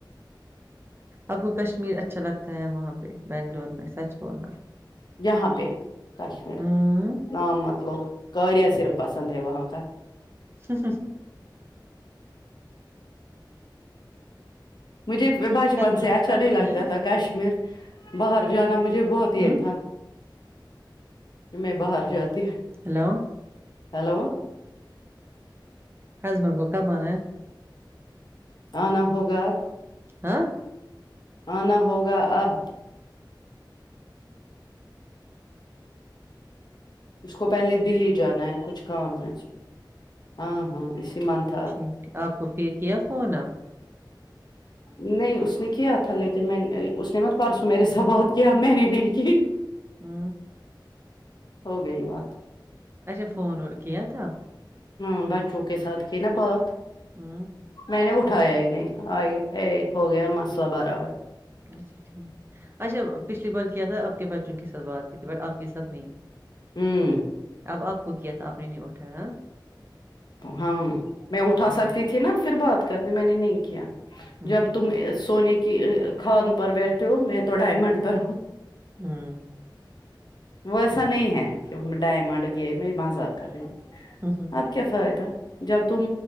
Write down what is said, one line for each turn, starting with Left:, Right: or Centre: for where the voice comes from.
Right: آپ کو کشمیر اچھا لگتا ہے وہاں پہ بنگلور میں سچ بولنا
Left: جہا <unintelligible>
Right: ہوں
Left: نام مطلب کریا صرف پسند ہے وہاں کا
Right: <inaudible>
Left: مجھے بچپن
Right: ہسبینڈ
Left: سے اچھا
Right: کو کب
Left: نہیں
Right: آنا
Left: لگتا
Right: ہے
Left: تھا کشمیر باہر جانا مجھے بہت یہ
Right: ہوں
Left: تھا
Right: <inaudible>
Left: میں باہر جاتی ہ
Right: ہیلو
Left: ہیلو
Right: ہسبینڈ کو کبانا ہے
Left: آنا ہوگاب
Right: ہاں
Left: آنا ہوگا اب اس کو پہلے دلی جانا ہے کچھ کام ہے اس میں ہاں ہاں اسی منت
Right: ٹھیک آپ کو پھر کیا فون آپ
Left: نہیں اس نے کیا تھا لیکن میں اس نے مت پرسوں میرے سے بات کیا میں نے نہیں کی
Right: ہوں
Left: ہو گئی بات
Right: اچھا فون کیا تھا
Left: ہوں بچوں کے ساتھ کی ن بات
Right: ہوں
Left: میں نے اٹھایا ہی نہیں آ ا ہو گیا مسلہ برابر
Right: اچھا ٹھیک اچھا پچھلی بار کیا تھا آپ کے بچوں کے ساتھ بات کی تھی بٹ آپ کے ساتھ نہیں
Left: ہوں
Right: اب آپ کو کیا تھا آپ نے نہیں اٹھایا
Left: ہاں میں اٹھا
Right: ٹھیک
Left: سکتی تھی نا پھر بات کرتے میں نے نہیں کیا
Right: ہوں
Left: جب تم سونے کی خان پر بیٹھے ہو میں تو ڈائمنڈ پر ہوں
Right: ہوں
Left: وہ ایسا نہیں ہے کہ ڈائمنڈ گئے میں مزاق کر رہی ہوں
Right: ہاں
Left: کیا فائدہ جب تم